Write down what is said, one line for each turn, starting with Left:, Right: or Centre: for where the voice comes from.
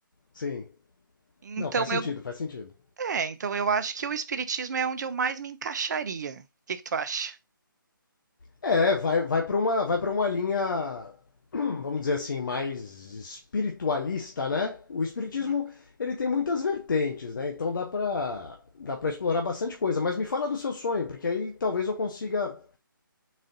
Left: sim.
Right: Então
Left: Não, faz sentido,
Right: eu,
Left: faz sentido.
Right: é, então eu acho que o espiritismo é onde eu mais me encaixaria. O que que tu acha?
Left: É, vai, vai para uma, vai para uma linha, <clears throat> vamos dizer assim, mais espiritualista, né? O espiritismo,
Right: Uhum.
Left: ele tem muitas vertentes, né? Então dá para dá para explorar bastante coisa, mas me fala do seu sonho, porque aí talvez eu consiga